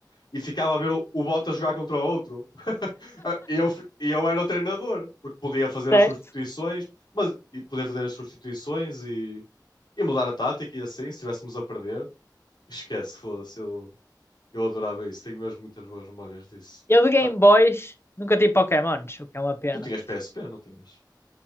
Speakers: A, on the left; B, on the left.
A: e ficava a ver o, o Bottas jogar contra o outro. Ah, Eu, fi- eu era o treinador, porque podia fazer
B: certo?
A: as substituições, mas e podia fazer as substituições e, e mudar a tática e assim, se estivéssemos a perder. Esquece, foda-se, eu, eu adorava isso. Tenho mesmo muitas boas memórias disso.
B: Eu de Game
A: Ah,
B: Boys nunca tive Pokémons, o que é uma pena.
A: tu tinhas PSP, não tinhas?